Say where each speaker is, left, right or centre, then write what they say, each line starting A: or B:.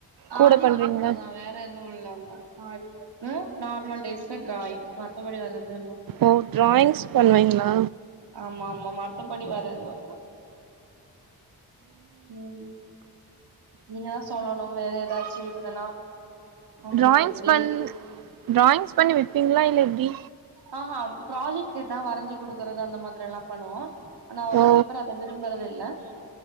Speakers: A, on the right; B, on the right.
A: கூட
B: ஆரி
A: பண்றீங்களா
B: ஒர்க் மட்டுந்தா வேற எதுவு இல்ல இல்ல ஆரி ஒர்க் நார்மல் டேஸ்ல டிராயிங் மத்தபடி வேற எதுவு இல்ல
A: ஓ டிராயிங்ஸ் பண்ணுவீங்களா
B: ஆமா ஆமா மத்தபடி வேற எதுவு இல்ல ம் நீங்கதா சொல்லணு வேற ஏதாச்சி இருந்தன்னா உங்களுக்கு
A: டிராயிங்ஸ்
B: எப்டி
A: பண் டிராயிங்ஸ் பண்ணி விப்பீங்களா இல்ல எப்டி
B: ஆ ஹ ப்ராஜெக்ட் கேட்ட வரைஞ்சி குடுக்குறது அந்த மாரிலா பண்ணுவோ ஆனா ஒரு
A: ஓ
B: சில பேர் அத விரும்புறது இல்ல